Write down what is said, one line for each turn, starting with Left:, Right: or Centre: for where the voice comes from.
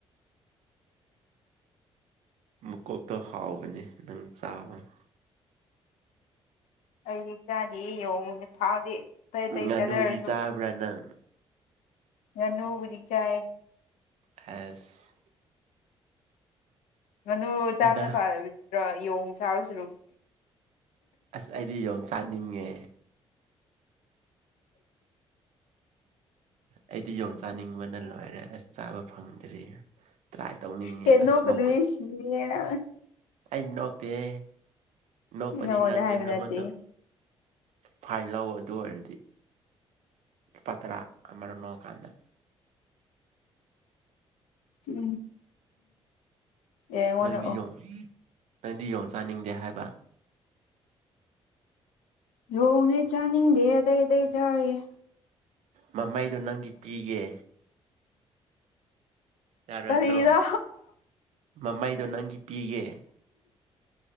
Right: ꯃꯀꯣꯛꯇꯣ ꯍꯥꯎꯕꯅꯦ ꯅꯪ ꯆꯥꯋꫭ꯫
Left: ꯑꯩꯗꯤ ꯆꯥꯗꯤꯍꯦ ꯌꯦꯡꯉꯨꯅꯦ ꯐꯥꯎꯗꯤ꯫ ꯑꯇꯩ ꯑꯇꯩ
Right: ꯉꯥꯅꯨꯗꯤ
Left: ꯆꯥꯖꯔꯁꯨ
Right: ꯆꯥꯕ꯭ꯔꯥ ꯅꯪ꯫
Left: ꯉꯥꯅꯨꯕꯨꯗꯤ ꯆꯥꯑꯦ꯫
Right: ꯍꯦꯁ꯫
Left: ꯉꯥꯅꯨ ꯆꯥꯕꯅ
Right: ꯃꯅꯥ
Left: ꯐꯥꯗ꯭ꯔꯥ ꯌꯦꯣꯡ ꯆꯥꯕꯁꯨꯨꯔꯨ
Right: ꯑꯁ ꯑꯩꯗꯤ ꯌꯣꯡꯆꯥꯛꯅꯤꯡꯉꯦ ꯑꯩꯗꯤ ꯌꯣꯣꯡ ꯆꯥꯅꯤꯡꯕꯅ ꯂꯣꯏꯔꯦ ꯑꯁ ꯆꯥꯕ ꯐꯪꯗ꯭ꯔꯤ ꯇ꯭ꯔꯥꯏ ꯇꯧꯅꯤꯡꯉꯦ
Left: ꯍ‌ꯦ
Right: ꯑꯁ
Left: ꯅꯣꯀꯅꯨꯍ‌ꯦ
Right: ꯃꯈꯨꯠ
Left: ꯁꯤꯅꯤꯌ‌ꯦ
Right: ꯑꯩ ꯅꯣꯛꯇ‌ꯦꯍ‌ꯦ ꯅꯣꯛꯄꯗꯤ
Left: ꯅꯪ ꯅꯪꯉꯣꯟꯗ
Right: ꯅꯪꯅꯦ
Left: ꯍꯥꯏꯕ
Right: ꯅꯪꯉꯣꯗ
Left: ꯅꯠꯇꯦꯍꯦ
Right: ꯐꯥꯏꯟ ꯂꯧꯑꯣ ꯑꯗꯨ ꯑꯣꯏꯔꯗꯤ ꯄꯇ꯭ꯔꯥ ꯑꯔꯅꯣ ꯀꯥꯟꯗ
Left: ꯎꯝ ꯌꯥꯡꯉꯣꯟꯗꯑꯣ
Right: ꯅꯪꯗꯤ ꯌꯣꯡ ꯅꯪꯗꯤ ꯌꯣꯡ ꯆꯥꯅꯤꯡꯗꯦ ꯍꯥꯏꯕ
Left: ꯌ‌ꯣꯡꯗꯤ ꯆꯥꯅꯤꯡꯗꯦ ꯑꯇꯩ ꯑꯇꯩ ꯆꯥꯏꯌꯦ
Right: ꯃꯃꯩꯗꯣ ꯅꯪꯒꯤ ꯄꯤꯒꯦ ꯌꯥꯔꯣꯏꯗ꯭ꯔꯣ
Left: ꯀꯔꯤꯔꯥ
Right: ꯃꯃꯥꯏꯗꯣ ꯅꯪꯒꯤ ꯄꯤꯒꯦ